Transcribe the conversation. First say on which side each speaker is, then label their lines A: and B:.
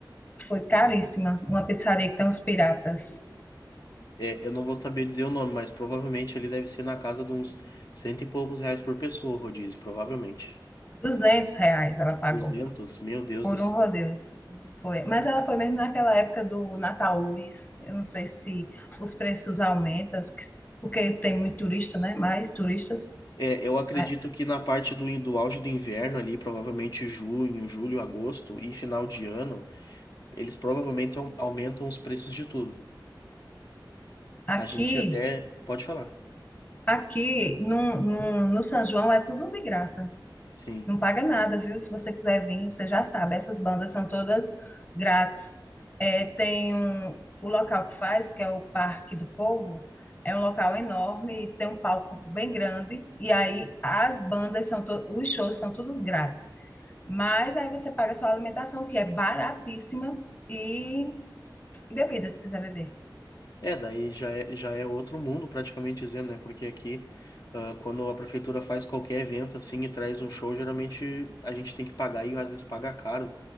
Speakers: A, on the left; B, on the left.
A: foi caríssima, uma pizzaria que tem uns piratas.
B: É, eu não vou saber dizer o nome, mas provavelmente ele deve ser na casa de uns cento e poucos reais por pessoa, o rodízio, provavelmente.
A: duzentos reais ela pagou.
B: duzentos, meu Deus
A: Por
B: do céu.
A: um Rodeos. Foi. Mas ela foi mesmo naquela época do Natal Luz. Eu não sei se os preços aumentam, que- porque tem muito turista, né? Mais turistas.
B: É, eu acredito
A: A-
B: que na parte do, in- do auge do inverno ali, provavelmente junho, julho, agosto e final de ano, eles provavelmente au- aumentam os preços de tudo.
A: Aqui,
B: A gente até pode falar.
A: aqui no, no, no São João é tudo de graça.
B: Sim.
A: Não paga nada, viu? Se você quiser vir, você já sabe. Essas bandas são todas grátis. É, tem um, o local que faz, que é o Parque do Povo, é um local enorme e tem um palco bem grande. E aí as bandas são to- os shows são todos grátis. Mas aí você paga sua alimentação, que é baratíssima, e, bebidas, se quiser beber.
B: É, daí já é, já é outro mundo, praticamente dizendo, né? Porque aqui, ah, quando a prefeitura faz qualquer evento assim e traz um show, geralmente a gente tem que pagar e às vezes paga caro